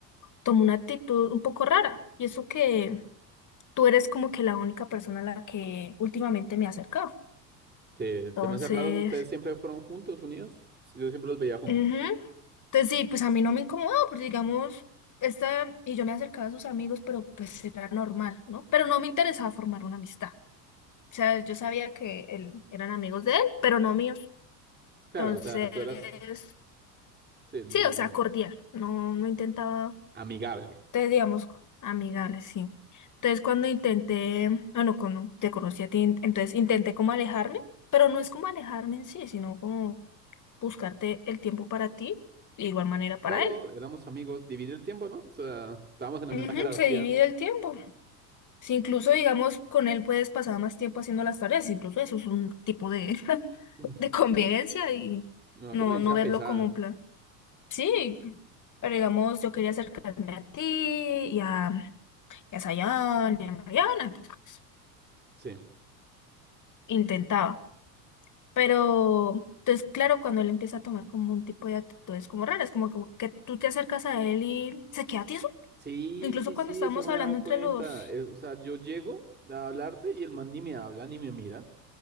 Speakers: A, on the left; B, on the right.
A: tomó una actitud un poco rara. Y eso que tú eres como que la única persona a la que últimamente me he acercado.
B: Sí,
A: Entonces,
B: se me hace raro, ustedes siempre fueron juntos, unidos. Sí, yo siempre los veía juntos.
A: ujú. Entonces sí, pues a mí no me incomodó, porque digamos, esta, y yo me acercaba a sus amigos, pero pues era normal, ¿no? Pero no me interesaba formar una amistad. O sea, yo sabía que él, eran amigos de él, pero no míos.
B: Claro,
A: Entonces,
B: o sea, tú eras, sí, no,
A: Sí, o sea, cordial. No, no intentaba,
B: amigable.
A: te digamos, amigable, sí. Entonces, cuando intenté, bueno, cuando te conocí a ti, in- entonces intenté como alejarme, pero no es como alejarme en sí, sino como buscarte el tiempo para ti, de igual manera para
B: Claro,
A: él.
B: éramos amigos, dividir el tiempo, ¿no? O sea, estábamos en la
A: Ujú,
B: misma jerarquía,
A: se divide el tiempo. Si incluso, digamos, con él puedes pasar más tiempo haciendo las tareas, incluso eso es un tipo de, <laughs>
B: <sniffs>
A: de convivencia y
B: una
A: no,
B: convivencia
A: no verlo
B: pesada,
A: como un plan. Sí, pero digamos, yo quería acercarme a ti y a y a Sayan y a Mariana, entonces pues,
B: sí.
A: intentaba. Pero, entonces, claro, cuando él empieza a tomar como un tipo de actitudes como raras, como, como que tú te acercas a él y se queda tieso.
B: Sí,
A: Incluso
B: sí, sí,
A: cuando estábamos
B: eso me
A: hablando
B: he dado
A: entre
B: cuenta.
A: los...
B: Eh, o sea, yo llego a hablarte y el man ni me habla ni me mira.